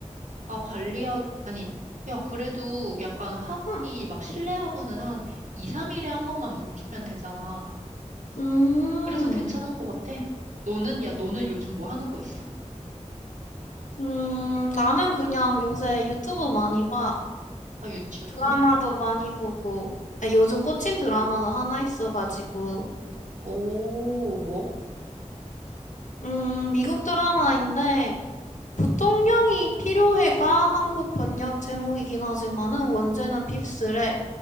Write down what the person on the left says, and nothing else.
응,
음,
음, 나는 그냥 요새 유튜브 많이 봐.
드라마도 많이 보고. 아, 요즘 꽂힌 드라마가 하나 있어가지고.
음, 미국 드라마인데, 부통령이 필요해가 한국 번역 제목이긴 하지만은 원제는 핍스래.